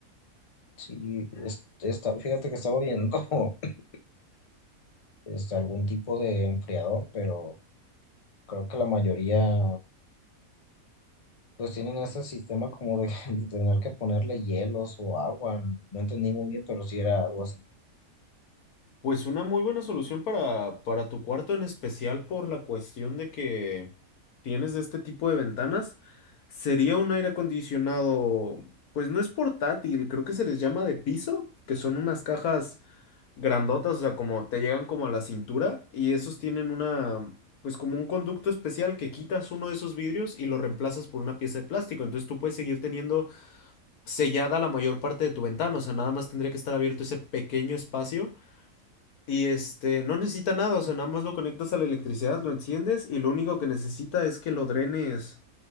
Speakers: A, on the left (about 30°); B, on the left (about 80°).
A: sí, es- está- fíjate que estaba viendo. <laughs> este, algún tipo de enfriador, pero creo que la mayoría pues tienen ese sistema como de, <laughs> de tener que ponerle hielos o agua. No entendí muy bien, pero sí era algo así.
B: Pues una muy buena solución para, para tu cuarto, en especial por la cuestión de que tienes este tipo de ventanas, sería un aire acondicionado, pues no es portátil, creo que se les llama de piso, que son unas cajas grandotas, o sea, como te llegan como a la cintura y esos tienen una, pues como un conducto especial que quitas uno de esos vidrios y lo reemplazas por una pieza de plástico, entonces tú puedes seguir teniendo sellada la mayor parte de tu ventana, o sea, nada más tendría que estar abierto ese pequeño espacio y este, no necesita nada, o sea, nada más lo conectas a la electricidad, lo enciendes y lo único que necesita es que lo drenes